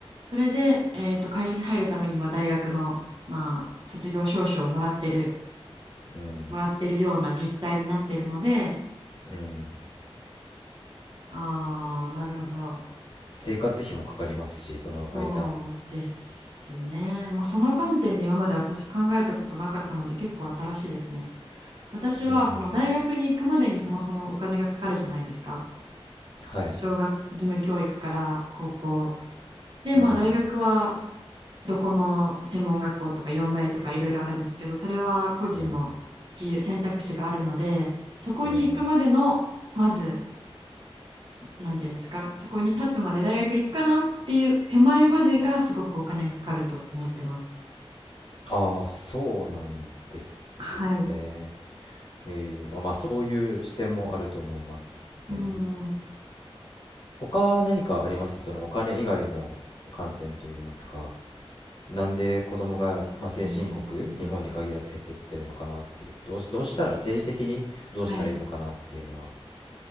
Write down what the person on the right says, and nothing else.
それで、えーと会社に入るために、まあ、大学の、まあ、卒業証書をもらってる
もらってるような実態になってるので
あーなるほど。
そうですね。まあ、その観点で今まで私考えたことなかったので結構新しいですね。私はその大学に行くまでにそもそもお金がかかるじゃないですか。
小学義務教育から高校。で、
まあ大学はどこの専門学校とか四大とかいろいろあるんですけど、それは個人の自由、
選択肢があるので、そこに行くまでの、
まず、なんていうんですか、そこに立つまで大学行くかなっていう手前までがすごくお金がかかると思ってます。
はい。
うん、
そうですね。
はい。